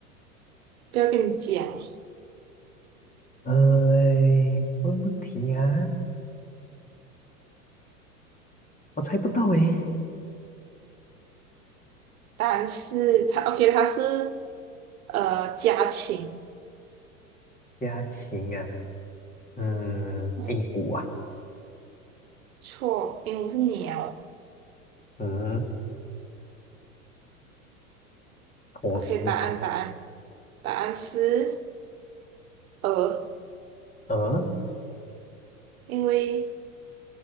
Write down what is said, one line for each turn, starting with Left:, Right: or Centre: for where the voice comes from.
Right: 不要跟你讲，
Left: 哎，问问题呀、我猜不到诶。
Right: 答案是它。OK，它是呃家禽。
Left: 家禽啊，嗯，
Right: 嗯，
Left: 鹦鹉啊，
Right: 错，鹦鹉是鸟。
Left: 嗯，火鸡啊，
Right: OK，答案答案答案是鹅，
Left: 鹅
Right: 因为